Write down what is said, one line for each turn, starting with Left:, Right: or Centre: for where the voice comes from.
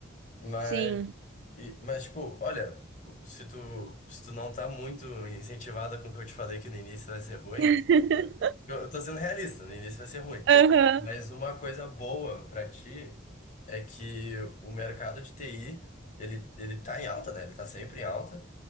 Left: Mas
Right: Sim.
Left: e- mas, tipo, olha, se tu, se tu não tá muito incentivada com o que eu te falei que no início vai ser ruim,
Right: <laughs>
Left: tá? Eu, eu tô sendo realista, no início vai ser ruim.
Right: Aham.
Left: Mas uma coisa boa pra ti é que o mercado de TI, ele, ele tá em alta, né? Ele tá sempre em alta,